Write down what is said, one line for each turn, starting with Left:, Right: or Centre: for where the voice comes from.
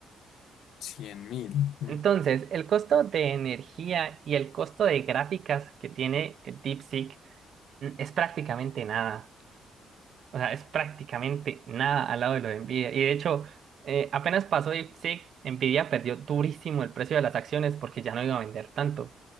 Left: cien mil. Mm.
Right: Entonces, el costo de energía y el costo de gráficas que tiene eh, DeepSeek es prácticamente nada. O sea, es prácticamente nada al lado de lo de Nvidia. Y de hecho, eh, apenas pasó DeepSeek sí, Nvidia perdió durísimo el precio de las acciones porque ya no iba a vender tanto.